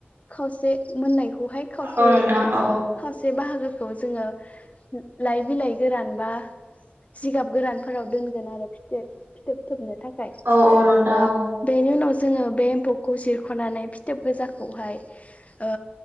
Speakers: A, on the left; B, on the right.
A: खावसे मोननायखौहाय खावसे
B: औ नोंथां औ
A: खावसे बाहागोखौ जोङो लाइ बिलाइ गोरान बा जिगाब गोरानफोराव दोनगोन आरो फिथोबथोबनो थाखाय
B: औ औ नोंथां
A: ओ
B: औ
A: बेनि उनाव जोङो बे एम्फौ खौ जिरख'नानै फिथोब गोजाखौहाय ओ